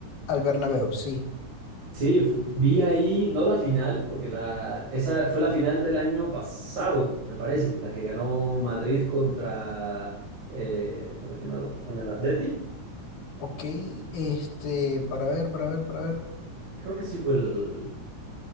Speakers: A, on the left (about 70°); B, on the right (about 60°).
A: al Bernabéu, sí.
B: Sí, fu- vi ahí, no la final, porque la, esa fue la final del año pasado, me parece, la que ganó Madrid contra, eh, ¿contra quién más? ¿Con el Atleti?
A: Ok, este, para ver, para ver, para ver.
B: Creo que sí fue el...